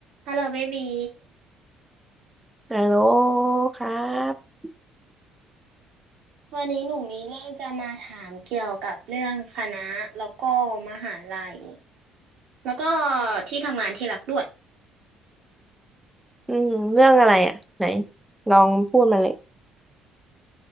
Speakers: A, on the right; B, in the centre.
A: ฮัลโหลเบบี
B: ฮัลโหลครับ
A: วันนี้หนูมีเรื่องจะมาถามเกี่ยวกับเรื่องคณะแล้วก็มหาลัยแล้วก็ที่ทำงานที่รักด้วย
B: อืมเรื่องอะไรอ่ะไหนลองพูดมาเลย